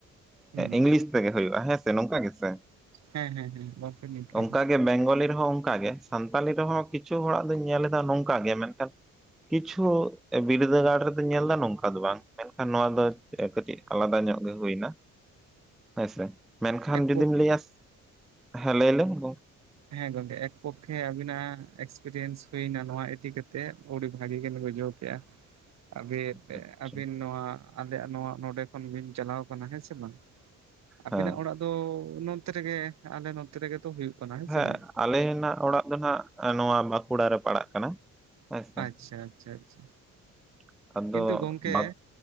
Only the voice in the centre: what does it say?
ᱤᱝᱞᱤᱥ ᱛᱮᱜᱮ ᱦᱩᱭᱩᱜᱼᱟ ᱦᱮᱸ ᱥᱮ, ᱱᱚᱝᱠᱟ ᱜᱮ ᱥᱮ?
ᱚᱝᱠᱟ ᱜᱮ ᱵᱮᱝᱜᱚᱞᱤ ᱨᱮᱦᱚᱸ ᱚᱝᱠᱟ ᱜᱮ᱾ ᱥᱟᱱᱛᱟᱞᱤ ᱨᱮᱦᱚᱸ ᱠᱤᱪᱷᱩ ᱦᱚᱲᱟᱜ ᱫᱩᱧ ᱧᱮᱞᱮᱫᱟ ᱱᱚᱝᱠᱟ ᱜᱮ ᱢᱮᱸᱫᱴᱟᱱ ᱠᱤᱪᱷᱩ ᱵᱤᱨᱫᱟᱹᱜᱟᱲ ᱨᱮᱫᱚᱧ ᱧᱮᱞᱫᱟ ᱱᱚᱝᱠᱟ ᱫᱚ ᱵᱟᱝ᱾ ᱢᱮᱱᱠᱷᱟᱱ ᱱᱚᱣᱟ ᱫᱚ ᱦᱮᱸ ᱠᱟᱹᱴᱤᱡ ᱟᱞᱟᱫᱟ ᱧᱚᱜ ᱜᱮ ᱦᱩᱭᱱᱟ᱾ ᱦᱮᱸ ᱥᱮ, ᱢᱮᱱᱠᱷᱟᱱ
ᱡᱩᱫᱤᱢ
ᱞᱟᱹᱭᱟ, ᱦᱮᱸ ᱞᱟᱹᱭ ᱞᱮᱢ ᱜᱚᱝ
<inaudible>
ᱟᱪᱪᱷᱟ
ᱦᱮᱸ
ᱦᱮᱸ
ᱟᱞᱮᱱᱟᱜ ᱚᱲᱟᱜ ᱫᱚ ᱱᱟᱜ ᱱᱚᱣᱟ ᱵᱟᱸᱠᱩᱲᱟ ᱨᱮ ᱯᱟᱲᱟᱜ ᱠᱟᱱᱟ᱾ ᱦᱮᱸᱥᱮ
<inaudible>
ᱵᱟᱫ